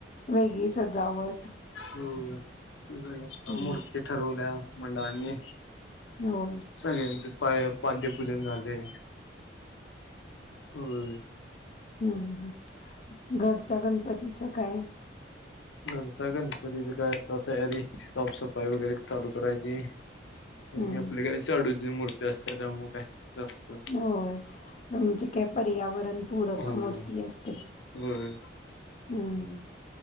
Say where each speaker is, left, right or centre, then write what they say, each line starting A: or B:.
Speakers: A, on the left; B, on the left.
A: वेगी सजावट
B: होय <unintelligible>
A: हम्म
B: मूर्ती ठरवल्या मंडळांनी
A: होय.
B: <unintelligible> पाय पाद्यपूजन झालय होय
A: हम् हम घरच्या गणपतीचा काय
B: घरच्या गणपती चा तर अता तयारी साफसफाई वगैरे चालू करायची त्यांनी
A: हम्म
B: आपले कडे शाडूची मुर्ती - <unintelligible> त्यामुळ काय जास्त
A: होय तुमची कॅप - पर्यावरण पूरक
B: होय
A: मूर्ती असते
B: होय
A: हम्म